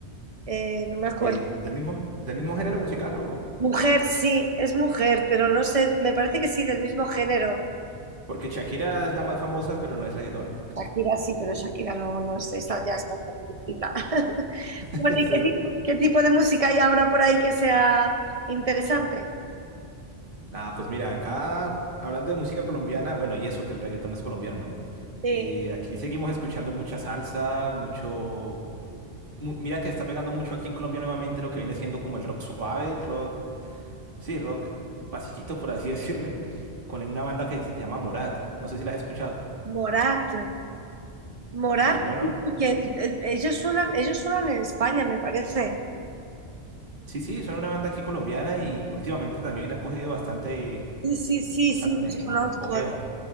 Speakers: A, on the right; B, on the right.
A: eh, no me acuerdo.
B: Eh, ¿del mismo, del mismo género musical o?
A: Mujer, sí, es mujer, pero no sé, me parece que sí, del mismo género.
B: Porque Shakira es la más famosa, pero no es reggaetón.
A: Shakira sí, pero Shakira no, no es, esa ya está viejita. <laughs>
B: <laughs>
A: Bueno, ¿y
B: Sí.
A: qué, ti- qué tipo de música hay ahora por ahí que sea interesante?
B: Nada, pues mira, acá hablando de música colombiana, bueno, y eso, que el reggaetón es colombiano, ¿no?
A: Sí,
B: Eh, aquí seguimos escuchando mucha salsa, mucho... mu- mira que está pegando mucho aquí en Colombia nuevamente lo que viene siendo como el rock suave, el rock, sí, rock pasito por así <laughs> decirle, con una banda que se llama Morat. No sé si la has escuchado.
A: Morat, Morat,
B: Sí, no, no.
A: porque eh, ellos suenan, ellos suenan en España, me parece.
B: Sí, sí, son una banda aquí colombiana y últimamente también han cogido bastante,
A: Sí, sí, sí,
B: bastante
A: sí, los conozco.
B: apogeo.